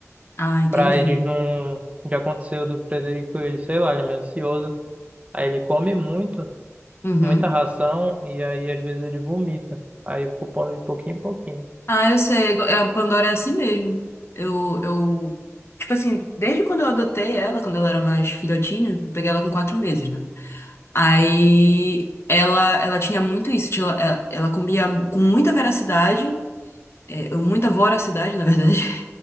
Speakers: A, on the left; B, on the right.
A: Ah, entendi.
B: pra eles não. Já aconteceu do Frederico, ele, sei lá, ele é meio ansioso. Aí ele come muito,
A: Uhum.
B: muita ração, e aí às vezes ele vomita. Aí eu fico pondo de pouquinho em pouquinho.
A: Ah, eu sei. É, A Pandora é assim mesmo. Eu, eu, tipo assim, desde quando eu adotei ela, quando ela era mais filhotinha, eu peguei ela com quatro meses, né? Aí ela, ela tinha muito isso. Tinha, ela, ela comia com muita veracidade, é, muita voracidade, na verdade.